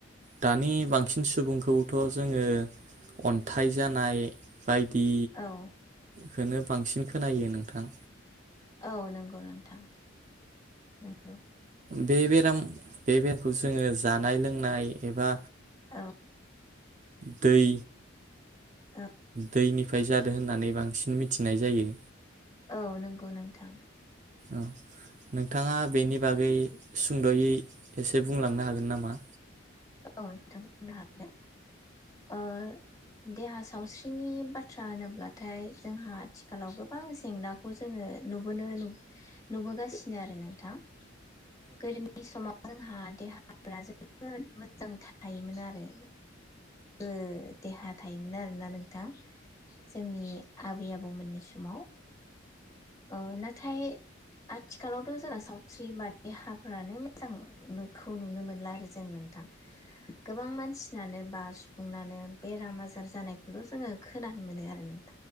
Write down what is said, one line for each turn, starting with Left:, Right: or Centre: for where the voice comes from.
Right: दानि बांसिन सुबुंखौथ' जोङो अन्थाइ जानाय बायदि
Left: औ
Right: खोनो बांसिन खोनायो नोंथां
Left: औ नंगौ नोंथां नंगौ
Right: बे बेराम बे बेरामखौ जोङो जानाय लोंनाय एबा
Left: औ
Right: दै
Left: औ
Right: दैनिफ्राय जादो होननानै बांसिन मिथिनाय जायो
Left: औ नंगौ नोंथां
Right: औ नोंथाङा बेनि बागै सुंद'यै एसे बुंलांनो हागोन नामा
Left: औ नोंथां बुंनो हागोन ओ देहा सावस्रिनि बाथ्रा होनोब्लाथाय जोंहा आथिखालाव गोबां जेंनाखौ जोङो नुबोनो नुबोगासिनो आरो नोंथां गोदोनि समाव जोंहा देहाफ्रा जोबोद मोजाङै थायोमोन आरो <unintelligible> देहा थायोमोन आरो मोनला नोंथां जोंनि आबै आब बौमोननि समाव अ नाथ थाय आथिखालावथ' जोंना सावस्रि बा देहा फोरानो मोजांखौ नुनो मोनला आरो जों नोंथां गोबां मानसिनानो बास नानो बेराम आजार जानायखौल' जोङो खोनानो मोनो आरो न